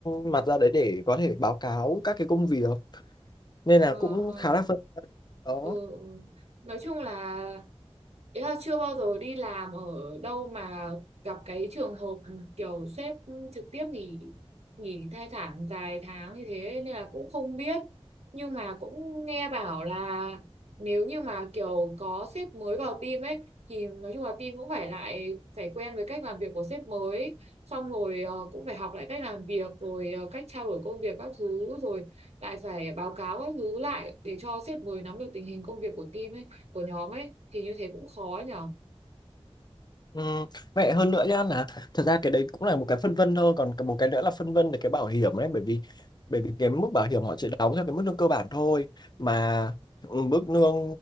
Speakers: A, on the left; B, on the right.
A: mặt ra đấy để có thể báo cáo các cái công việc nên là
B: Ờ,
A: cũng
B: ờ.
A: khá là phân đó
B: ừ. ừ. Nói chung là ý là chưa bao giờ đi làm ở đâu mà gặp cái trường hợp ừ, kiểu sếp trực tiếp nghỉ nghỉ thai sản dài tháng như thế nên là cũng không biết nhưng mà cũng nghe bảo là nếu như mà kiểu có sếp mới vào team ấy thì nói chung là team cũng phải lại phải quen với cách làm việc của sếp mới xong rồi ờ, cũng phải học lại cách làm việc rồi ờ, cách trao đổi công việc các thứ rồi lại phải báo cáo các thứ lại để cho sếp mới nắm được tình hình công việc của team ấy, của nhóm ấy thì như thế cũng khó nhỉ.
A: Ừ, vậy hơn nữa nhá là thật ra cái đấy cũng là một cái phân vân thôi còn cái- một cái nữa là phân vân về cái bảo hiểm đấy bởi vì bởi vì cái mức bảo hiểm họ chỉ đóng theo cái mức lương cơ bản thôi mà ừ, mức lương